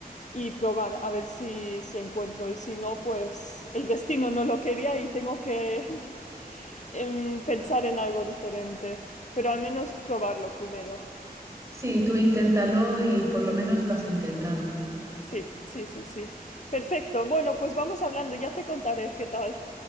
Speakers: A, on the left; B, on the right.
A: y probar a ver si, si encuentro. Y si no, pues el destino no lo quería y tengo que <laughs> em, pensar en algo diferente. Pero al menos probarlo primero.
B: Sí, tú inténtalo y por lo menos lo has intentado.
A: Sí, sí, sí, sí. Perfecto. Bueno, pues vamos hablando, ya te contaré qué tal.